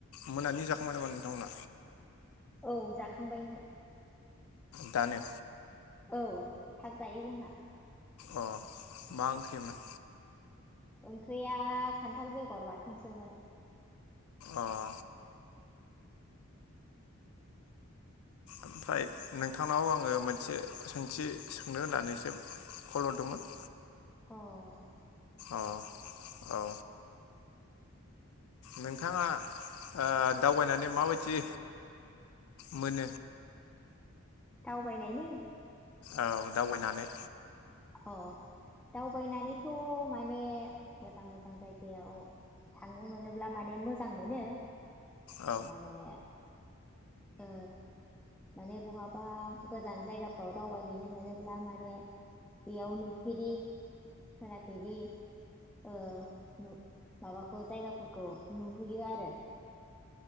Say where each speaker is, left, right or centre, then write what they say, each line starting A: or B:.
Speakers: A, on the left (about 80°); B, in the centre.
A: मोनानि जाखांबाय नामा नोंथांमोना?
B: औ जाखांबायमोन।
A: दानो
B: औ थाब जायो जोंहा।
A: अह। मा ओंख्रिमोन?
B: ओंख्रिया खान्थाल बेगर बाथोनसोमोन।
A: अह। ओमफ्राय नोंथांनाव आङो मोनसे सोंथि सोंनो होननानैसो कल हरदोंमोन।
B: अह।
A: अ औ। नोंथाङा ओ दावबायनानै माबायदि मोनो?
B: दावबायनायनि
A: औ दावबायनानै
B: अ दावबायनानैथ' माने मोजां मोजां जायगायाव थांनो मोनोब्ला माने मोजां मोनो।
A: औ
B: माने ओ माने बहाबा गोजान जायगाफ्राव दावबायहैनो मोनोब्ला माने बेयाव नुफेरि खोनाफेरि ओ नु माबाखौ जायगाफोरखौ नुहैयो आरो।